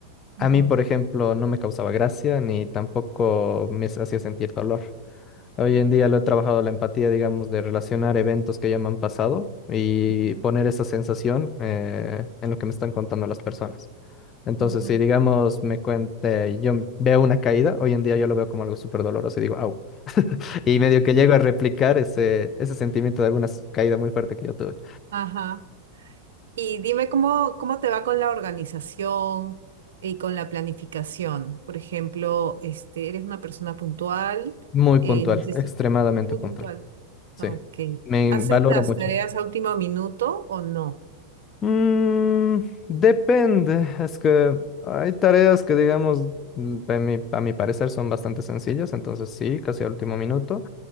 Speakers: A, on the right; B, on the left.
A: Ujú,
B: A mí, por ejemplo, no me causaba gracia ni tampoco me hacía sentir dolor. Hoy en día lo he trabajado la empatía, digamos, de relacionar eventos que ya me han pasado y
A: ujú,
B: poner esa sensación eh, en lo que me están contando las personas. Entonces,
A: ujú.
B: si digamos, me cuente, yo veo una caída, hoy en día yo lo veo como algo súper doloroso y digo, au. Y medio que llego a replicar ese, ese sentimiento de alguna s- caída muy fuerte que yo tuve.
A: Ajá. Y dime cómo, cómo te va con la organización y con la planificación. Por ejemplo, este, ¿eres una persona puntual?
B: Muy puntual,
A: Eh, necesi-
B: extremadamente
A: Muy
B: puntual.
A: puntual.
B: Sí,
A: Ok.
B: me
A: ¿Haces
B: valoro
A: las
B: mucho.
A: tareas
B: eso.
A: a último minuto o no?
B: Mm, depende, es que hay tareas que, digamos, mm, a mi, a mi parecer son bastante sencillas, entonces sí, casi al último minuto.